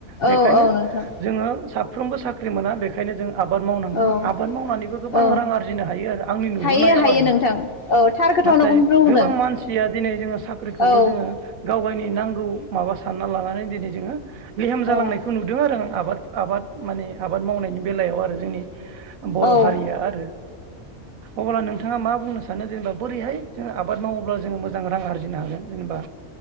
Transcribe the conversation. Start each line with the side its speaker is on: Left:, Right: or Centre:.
Right: बेखायनो
Left: औ औ नोंथां
Right: जोङो सा साफ्रोमबो साख्रि मोना बेखायनो जों आबाद मावनांगोन
Left: औ
Right: आबाद मावनानैबो गोबां
Left: औ
Right: रां आरजिनो हायो आरो आंनि नुहुरनायाव
Left: हायो हायो
Right: आरो
Left: नोंथां औ थार खोथावनोखौनो
Right: नाथाय
Left: बुंदों
Right: गोबां मानसिया दिनै जोङो साख्रिखौल'
Left: औ
Right: जोङो गाव गावगायनि नांगौ माबा सानना लानानै दिनै जोङो लेहेम
Left: औ
Right: जालांनायखौ नुदों आरो आं आबाद आबाद माने आबाद मावनायनि बेलायाव आर रो जोंनि बर'
Left: औ
Right: हारिया आरो अब्ला नोंथाङा मा बुंनो सानो जेनेबा बोरैहाय जोङो आबाद मावोब्ला जोङो मोजां रां आरजिनो हागोन जेनेबा